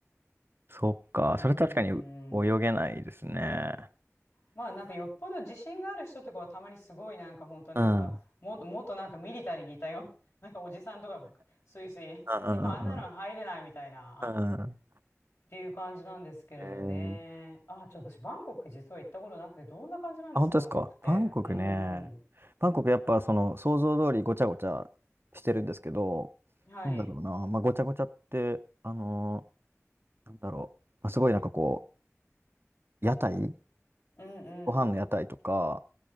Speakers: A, on the right; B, on the left.
A: ー、そっか。
B: うーん。
A: それ確かに泳げないですね。
B: まあなんかよっぽど自信がある人とかはたまにすごいなんか本当なんかも、
A: うん。うん
B: もっとなんかミリタリーにいたような、<laughs> なんかおじさんとかがスイスイ、
A: うんう
B: <laughs> でもあんなの入れないみたいな
A: んうん。うん。
B: っていう感じなんですけれどね。
A: え
B: あ、ちょっと私バンコク実は行ったことなくて、どんな感じなんですか、
A: あ、本当ですか。
B: バンコクって。
A: バンコクね。
B: うん
A: バンコクやっぱその想像通りごちゃごちゃしてるんですけど、
B: うん。はい。
A: なんだろうな。
B: う
A: まあごちゃごちゃって、あのーなんだろう。まあ、すごいなんかこう、屋台、
B: んうん。
A: ご飯の屋台とか、